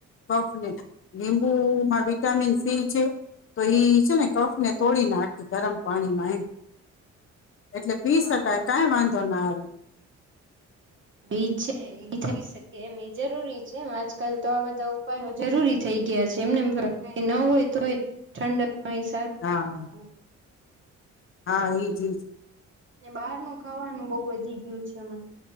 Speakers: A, on the left; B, on the right.
A: કફ ને લીંબુમાં વિટામિન સી છે તો એ છે ને કફ ને તોડી નાખે ગરમ પાણીમાં એમ. એટલે પી
B: હા
A: શકાય કઈ વાંધો ના આવે. <inaudible>
B: એ છે એ થઇ શકે, એમ એ જરૂરી છે. એમ આજકાલ તો આ બધા ઉપાયો જરૂરી થઈ ગયા છે. એમનેમ કઈ ન હોય તો એ ઠંડક માં એ સારું
A: હા
B: પડે છે. બઉ
A: હા, એઈ જ ઈજ.
B: ને બહારનું ખાવાનું બહુ વધી ગયું છે હમણાં.